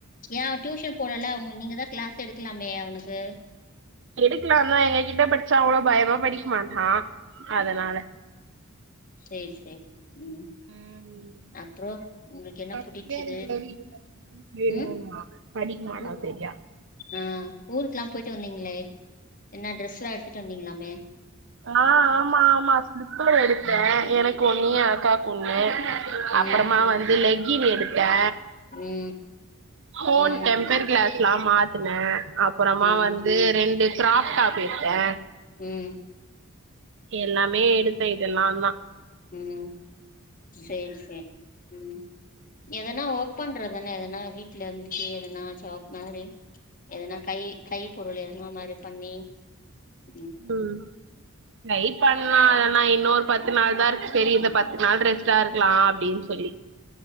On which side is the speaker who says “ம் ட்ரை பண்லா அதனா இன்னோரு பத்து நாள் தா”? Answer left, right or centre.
Right